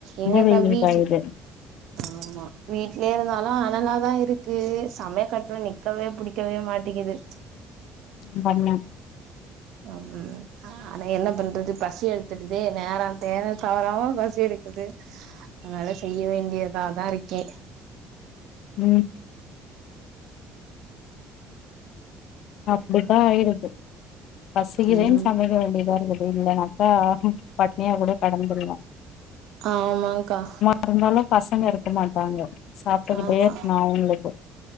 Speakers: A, on the right; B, on the left.
A: எங்கக்கா
B: வெயில்
A: வீட்
B: காயுது
A: ஆமா வீட்லயே இருந்தாலு அனலாதா இருக்கு சமைய கட்ல நிக்கவே புடிக் கவே மாட்டிக்குது
B: ப்பண்ணே
A: வந்து அ ஆனா என்ன பண்றது பசி எடுத்துடுதே நேரோ தேரோ தவறாம ப சி எடுக்குது அதனால செய்ய வேண்டியதா தா இருக்கே
B: உம் அப்டித்தா ஆயிடுது பசிக்குதேன்னு
A: ம்
B: சமைக்க வேண்டியதா இருக்குது இல்லன்னா பா பட்னியா கூட கடந்துட்ணு
A: ஆமாங்க்கா
B: பெரும்பாலும் பசங்க இருக்க மாட்டாங்க சாப்ட்டுக்கிட்டே
A: ஆமா
B: இருக்கணு அவுங்ளுக்கு